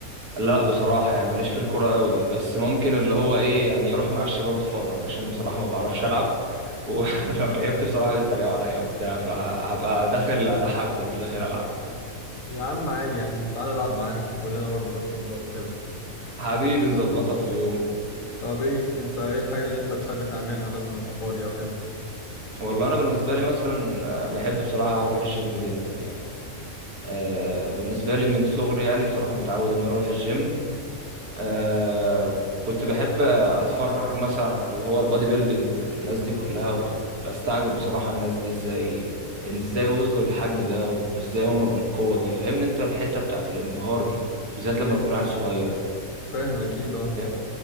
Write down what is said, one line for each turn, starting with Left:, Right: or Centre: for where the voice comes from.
Right: لا بصراحة يعني ماليش في الكورة قوي بس ممكن اللي هو ايه يعني اروح مع الشباب اتفرج عشان بصراحة ما بعرفش العب <laughs> ولو لعبت بصراحة يتريقوا عليا وبتاع فهبقى داخل اضحك ومش داخل العب
Left: يا عم عادي يا عم تعالى العب معانا احنا كلنا برضو بنخبط وكده
Right: حبيبي نظبطها في يوم
Left: طب ايه انت ايه الحاجة اللي انت بتحب تعملها مثلا وانت فاضي او كده
Right: والله انا بالنسبة لي مثلا آه، بحب بصراحة اروح الجيم جدا يعني آه، بالنسبة لي من صغري يعني بصراحة متعود ان أنا اروح الجيم آه كنت بحب اتفرج مثلا على اللي هو البادي بيلدينج والناس دي كلها وب- بستعجب بصراحة الناس دي ازاي ان ازاي وصلوا للحجم ده وازاي هم بالقوة دي فاهمني انت الحتة بتاعت الانبهار دي بالذات لما
Left: فاهم
Right: تكون عيل صغير
Left: فاهم اكيد اه
Right: فاهم